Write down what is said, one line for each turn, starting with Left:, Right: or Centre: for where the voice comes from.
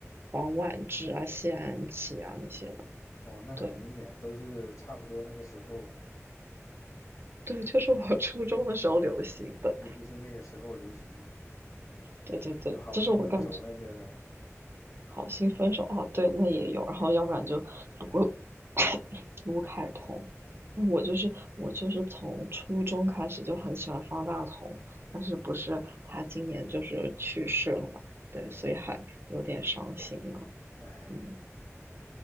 Right: 王菀之啊、谢安琪啊那些的。
Left: 哦，那很经典，
Right: 对
Left: 都是差不多那个时候，
Right: 对，就是我初中的时候流行的。
Left: 对，就是那个时候流行的，
Right: 对对对，
Left: 就好心分手那些的。
Right: 这是我感觉。好心分手哦，对，那也有，然后要不然就卢 <coughs> 卢凯彤 <coughs>，那我就是我就是从初中开始就很喜欢方大同，但是不是他今年就是去世了嘛，对，
Left: 对，
Right: 所以还有点伤心呢，
Left: 唉，
Right: 嗯，